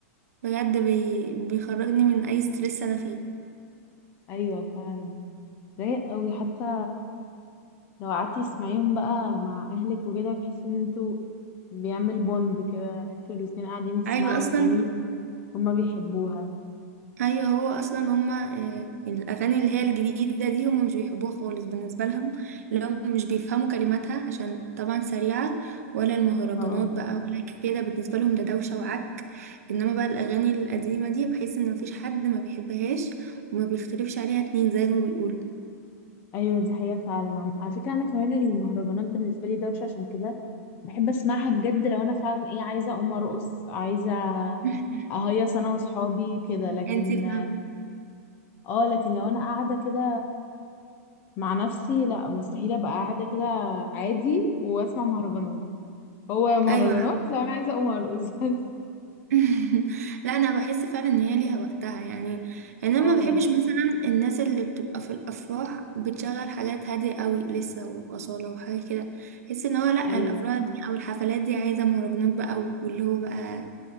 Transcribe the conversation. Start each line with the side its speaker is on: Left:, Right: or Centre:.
Right: بجد بي... بيخرجني من أي ستريس أنا فيه
Left: أيوة فعلا رايق قوي حتى لو قعدتي تسمعيهم بقى مع أهلك وكده تحسي إن انتوا بيعمل بوند كده إن انتوا الاتنين قاعدين بتسمعوا
Right: أيوة أصلا
Left: أغاني هما بيحبوها
Right: أيوة هو أصلا هما آه، الأغاني اللي هي الجديدة دي هما مش بيحبوها خالص بالنسبة لهم اللي هم مش بيفهموا كلماتها عشان طبعا سريعة ولا المهرجانات
Left: اه
Right: بقى ولا كده بالنسبة لهم ده دوشة وعك إنما بقى الأغاني القديمة دي بحيث إن مفيش حد ما بيحبهاش وما بيختلفش عليها اتنين زي ما بيقولوا
Left: أيوة دي حقيقة فعلا عم- على فكرة أنا كمان المهرجانات بالنسبة لي دوشة عشان كده بحب أسمعها بجد لو أنا فعلا إيه عايزة أقوم أرقص عايزة
Right: <laughs>
Left: أهيص أنا وصحابي كده لكن
Right: انتي فاهمة
Left: اه لكن لو انا قاعده كده مع نفسي لا مستحيل ابقى قاعده كده عادي واسمع مهرجانات هو مهرجانات
Right: ايوه
Left: لو انا عايزه اقوم ارقص <laughs> بس
Right: <laughs> لا انا بحس فعلا ان هي ليها وقتها يعني يعني
Left: اه
Right: انا ما بحبش مثلا الناس اللي بتبقى في الافراح بتشغل حاجات هاديه قوي لسه واصاله وحاجه كده بحس ان هو لا
Left: ايوه
Right: الافراح دي او الحفلات دي عايزه مهرجانات بقى واللي هو بقى